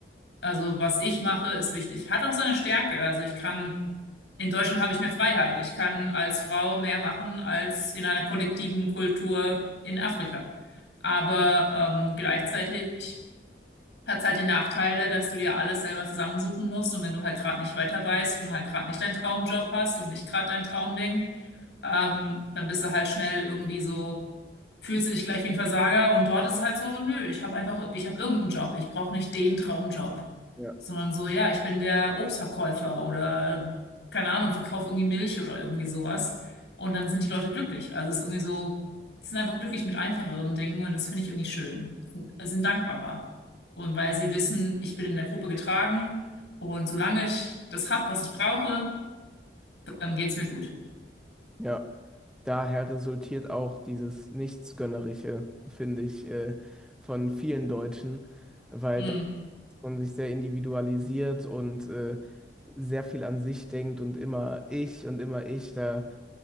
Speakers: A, on the left (about 80°); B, in the centre.
A: Also was ich mache, ist wichtig. Hat auch seine Stärke. Also ich kann, in Deutschland habe ich mehr Freiheit. Ich kann als Frau mehr machen als in einer kollektiven Kultur in Afrika. Aber ähm, gleichzeitig hat es halt die Nachteile, dass du dir alles selber zusammensuchen musst. Und wenn du halt gerade nicht weiter weißt und halt gerade nicht deinen Traumjob hast und nicht gerade dein Traumding, ähm, dann bist du halt schnell irgendwie so, fühlst du dich gleich wie ein Versager und dort ist es halt so, nö, ich habe einfach, ich habe irgendeinen Job, ich brauche nicht den Traumjob,
B: Ja.
A: sondern so, ja, ich bin der Obstverkäufer oder keine Ahnung, verkauf irgendwie Milch oder irgendwie sowas und dann sind die Leute glücklich. Also es ist irgendwie so, die sind einfach glücklich mit einfacheren Dingen und das finde ich irgendwie schön. Sind, sind dankbarer. Und weil sie wissen, ich bin in der Gruppe getragen und solange ich das hab, was ich brauche, dann geht's mir gut.
B: Ja, daher resultiert auch dieses Nichtsgönnerische, finde ich, äh, von vielen Deutschen, weil
A: Hm.
B: und sich sehr individualisiert und äh, sehr viel an sich denkt und immer ich und immer ich. Da,